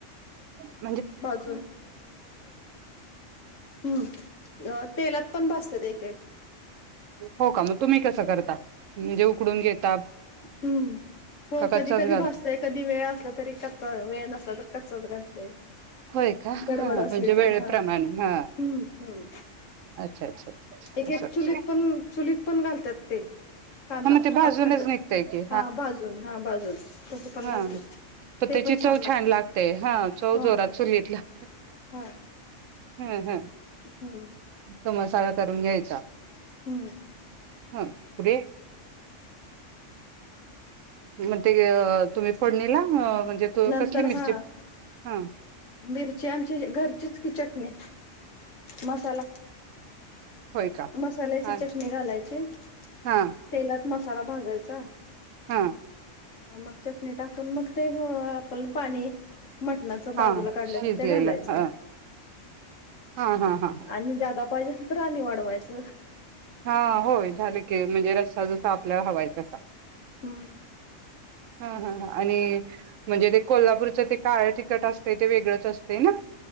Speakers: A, on the right; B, on the left.
A: क
B: बाजू हम् अ तेलात पण भासते एककडे
A: हो का तुम्ही कसं करता म्हणजे ककूनेत
B: हम्म हो
A: कच्चाच
B: कधी कधी
A: घालता?
B: भासतय कधी वेळ असला तरी क वेळ नसला तर कच्च घालते
A: होय का
B: गडबड
A: ह
B: असली
A: म्हणजे वेळेप्रमाणे
B: तर हा
A: ह
B: हम्म हम्म
A: अच्छा अच्छा अच्छा
B: एक
A: असं
B: एक
A: असं
B: चुलीत पण चुलीत पण घालत्यात ते कांदा
A: हा मग ते भाजूनच
B: अखंड
A: निघतय की
B: हा बाजून हा बाजून तस पण
A: हा
B: घालत्यात ते
A: त्याची
B: पण छान
A: चव
B: लागते
A: हा चव
B: हा
A: जोरात चुलीतला <inaudible>
B: हा
A: हं हं
B: हम्म
A: तो मसाला करून घ्याय चा
B: हम्म
A: हा पुढे म ते अअ तुम्ही फोडणीला अ म्हणजे तो
B: नंतर
A: कसली मिरची
B: हा
A: हा
B: मिरची आमची घरचीच चटणी मसाला
A: होय का
B: मसाल्याची
A: हा
B: चटणी घालायची.
A: हा
B: तेलात मसाला भाजाय <unintelligible>
A: हा
B: ह मग चटणी टाकून मग ते ह आपण पाणी मटणाच बाजूला
A: हा
B: काढल
A: शिजलेलं
B: ते घालायचं
A: ह हा हा हा
B: आणि <unintelligible> पाहिजे असलं तर आणी वाढ पायच
A: हा होय झाले. ते म्हणजे रस्सा जसा आपल्याला हवाय तसा
B: हुं
A: हा हा हा आणि म्हणजे ते कोल्हापूरच ते काळ तिकट असतय ते वेगळंच असतय ना